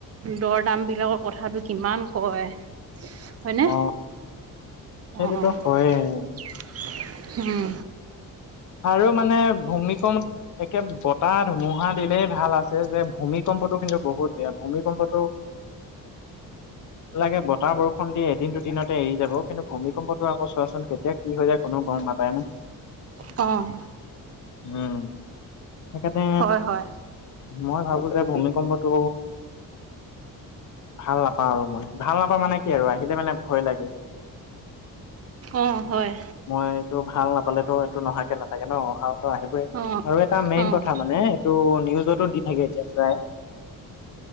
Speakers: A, on the right; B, on the left.
A: দৰ-দামবিলাকৰ কথাটো কিমান কয়। হয়নে?
B: অ সেইটোতো
A: অ'- অ'।
B: হয়ে
A: হুম।
B: আৰু মানে ভূমিকম- একে বতাহ ধুমুহা দিলেই ভাল আছে যে ভূমিকম্পটো কিন্তু বহুত বেয়া। ভূমিকম্পটো লাগে বতাহ-বৰষুণ দিয়ে দিন দুদিনতে এৰি যাব। কিন্তু ভূমিকম্পটো আকৌ চোৱাচোন, কেতিয়া কি হৈ যায় কোনো গম নাপায় ন'।
A: অ'।
B: উম, সেইকাৰণে
A: হয়, হয়,
B: মই ভাবোঁ যে ভূমিকম্পটো ভাল নাপাওঁ আৰু মই ভাল নাপাওঁ মানে কি আৰু আহিলে মানে ভয় লাগে।
A: অ', হয়,
B: মই এইটো ভাল নাপালেতো এইটো নহাকে নাথাকে ন অহা আহিবই
A: অ',
B: আৰু এটা মেইন
A: অ',
B: কথা মানে এইটো নিউজতো দি থাকে এতিয়া প্ৰায়